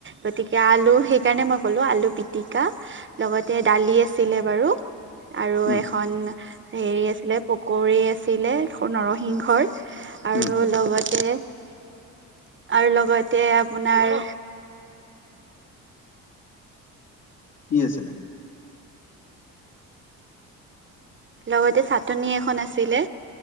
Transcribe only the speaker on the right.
গতিকে আলু সেইকাৰণে মই কলো আলু পিটিকা লগতে দালি আছিলে বাৰু আৰু
এখন হেৰি আছিলে পকৰি আছিলে নৰসিংহৰ আৰু
লগতে আৰু লগতে আপোনাৰ
লগতে চাটনি এখন আছিলে।